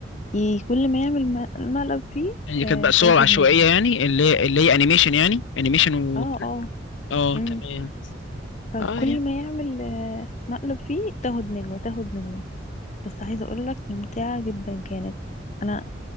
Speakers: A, on the left; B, on the left.
A: ي- كل ما يعمل م- مقلب فيه
B: هي كانت
A: آه
B: بقى صور
A: فياخد
B: عشوائيه
A: نجمة
B: يعني اللي هي اللي هي انيميشن يعني انيميشن و
A: اه اه
B: اه
A: امم
B: تمام
A: فكل
B: اه
A: ما يعمل آه مقلب فيه تاخد نجمة تاخد نجمة بس عايزة اقولك ممتعة جدا كانت انا